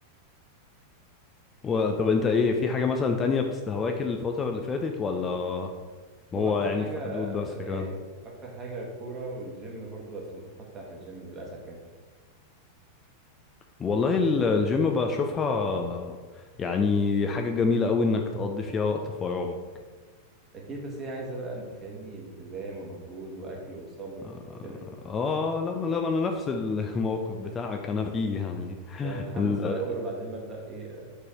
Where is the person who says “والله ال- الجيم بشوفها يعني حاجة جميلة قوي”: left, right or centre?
Left